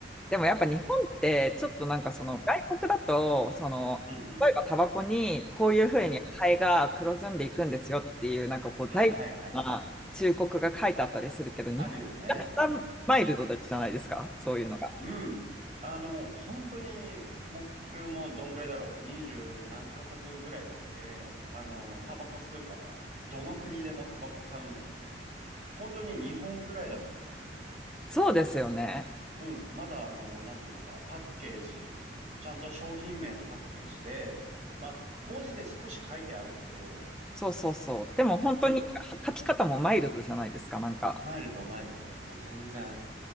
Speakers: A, in the centre; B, on the right.
A: でもやっぱ日本って、ちょっとなんかその外国だと、
B: うん、
A: その、
B: うん、うん、
A: 例えばタバコにこういうふうに肺が黒ずんでいくんですよっていう、
B: うん。
A: なんかこう、
B: はい、
A: 大事な忠告が書いてあったりするけど、
B: はい、はい。
A: 日本めちゃくちゃマイルドじゃないですか、
B: あるよね。うん。
A: そういうのが。
B: うん。あの、本当に、僕もどんぐらいだろう。二十何カ国ぐらい行って、あの、タバコ吸うから、どの国でもタバコ買うんだけど、本当に日本ぐらいだと思う。
A: そうですよね。
B: うん、まだあの、なんていうか、パッケージ、ちゃんと商品名のパッケージで、まあ、文字で少し書いてあるけど、
A: そうそうそう。でも本当に書き方もマイルドじゃないですか、
B: うん、
A: なんか。
B: マイルド、マイルド、もう全然、